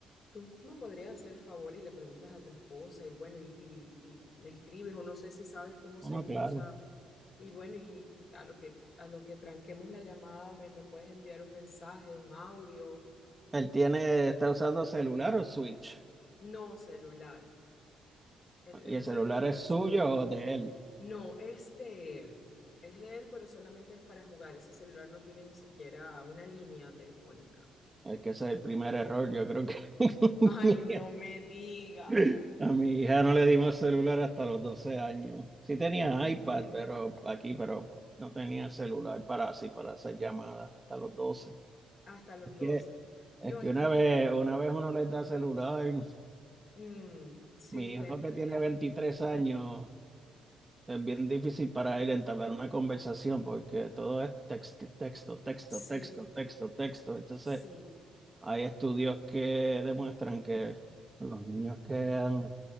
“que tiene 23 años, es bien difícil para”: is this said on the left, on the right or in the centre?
Right